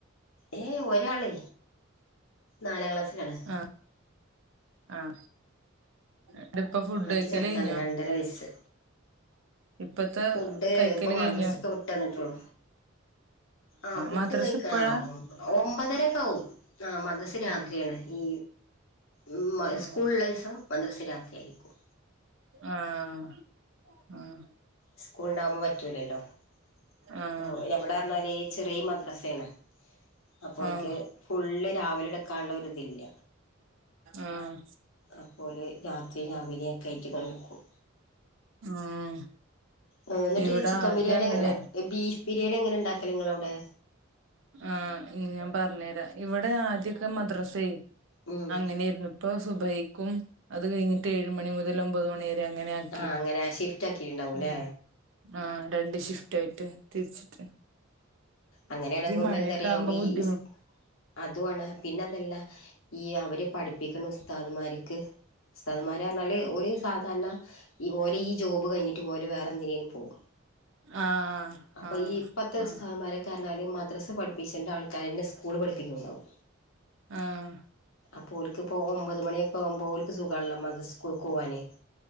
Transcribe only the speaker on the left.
ഏഹ് ഒരാള് നാലാംക്ലാസ്സിലാണ്.
മറ്റേ ചെറുതാണ്
രണ്ടര വയസ്സ്
ഫുഡ്
ഇപ്പ മദ്രസ്ക്കെ
വിട്ടെന്ന്ട്ടൊള്ളു. ആഹ് ഫുഡ്
കഴിക്കാ
ഒമ്പതരൊക്കാവും. ആഹ് മദ്റസ് രാത്രിയാണ്
ഈ ഇമ്മാ
സ്കൂള് ള്ള ദീസം മദ്റസ് രാത്രി ആയിരിക്കും.
സ്കൂള്ണ്ടാവുമ്പോ പറ്റൂലല്ലോ
ഇപ്പോ <unintelligible> <unintelligible> ഈ ചെറിയെ മദ്രസേണ് അപ്പോ ഓൽക്ക്.
ഫുള്ള് രാവിലെ ഇട്ക്കാള്ള ഒരിതില്ല.
അപ്പോ ഓല് രാത്രി രാവിലെക്കായ്റ്റ് ഓല് ഇട്ക്കും.
ഉം ഇന്നട്ടീ
ചിക്കെൻ
ബിരിയാണി
അല്ല ബീഫ് ബിരിണി എങ്ങനെ ഇണ്ടാക്കല് ഇങ്ങളെ ഔടെ?
ഉം
ആഹ് അങ്ങനെ ഷിഫ്റ്റാക്കീണ്ടാവുലെ?
അങ്ങനെയേണെങ്കിമെന്തെടി
ഈസ്
അതും ആണ് പിന്നെ അതല്ല ഈ അവര് പഠ്പ്പിക്കുന്ന ഉസ്താദുമാർക്ക്. ഉസ്താദ്മ്മാരാർഞ്ഞാല് ഓല് സാധാര്ണ ഈ പോലെ ഈ ജോബ് കഴിഞ്ഞിട്ട് ഓല് വേറെ എന്തിനേലും പോകും.
അപ്പോ
ഈ ഇപ്പത്തെ
ഉസ്താദ്മ്മാരെക്കെറ്ഞ്ഞാല് മദ്രസ് പഠിപ്പിച്ചെണ്ട ആൾക്കാരെന്നെ സ്കൂള് പഠിപ്പിക്ണ്ടാവും.
അപ്പോ ഓൽക്ക് ഇപ്പോ ഒമ്പത് മണിയൊക്കെ ആവുമ്പോ ഓല്ക്ക് സുഖാണല്ലോ മദ്സ് സ്‌കൂൾക്ക് പോവാന്.